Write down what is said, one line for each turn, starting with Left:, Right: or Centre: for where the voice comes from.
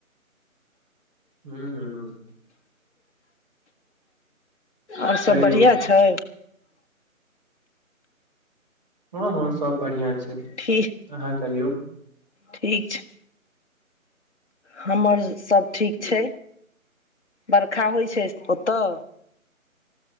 Right: हुं हुं।
Left: आर सब
Right: कहियौ
Left: बढ़िआँ छै।
Right: हँ हँ सब बढ़िआँ छै।
Left: ठीक।
Right: अहाँ कहियौ?
Left: ठीक छै। हमर सब ठीक
Right: हम्म।
Left: छै बरखा होइ छै ओतऽ।